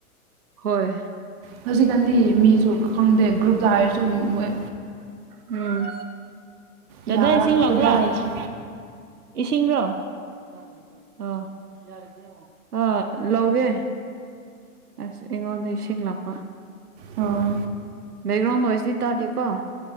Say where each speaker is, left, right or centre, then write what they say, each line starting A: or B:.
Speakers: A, on the right; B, on the right.
A: ꯍꯣꯏ
B: ꯍꯧꯖꯤꯛꯀꯥꯟꯗꯤ ꯃꯤꯁꯨ ꯈꯪꯗꯦ ꯒ꯭ꯔꯨꯞꯇ ꯍꯥꯏꯔꯁꯨ ꯃꯣꯏ
A: ꯎꯝ ꯗꯗꯥ
B: ꯌꯥꯔꯛꯇꯕ
A: ꯏꯁꯤꯡ ꯂꯥꯛꯄ꯭ꯔꯥ
B: ꯍꯥꯏꯁꯦ
A: ꯏꯁꯤꯡꯔꯣ ꯃꯅ‌ꯦ ꯃꯅ‌ꯦ ꯑ‌ꯣ ꯑꯗ ꯌ‌ꯦꯡꯉ‌ꯣ ꯍ‌ꯣꯏ ꯂꯧꯋꯦ ꯑꯁ ꯑꯩꯉꯣꯟꯗ ꯏꯁꯤꯡ ꯂꯥꯛꯄ
B: ꯑꯣ
A: ꯕꯦꯛꯒ꯭ꯔꯥꯎꯟ ꯅ‌ꯣꯏꯁ ꯁꯤ ꯇꯥꯗ‌ꯦꯀ‌ꯣ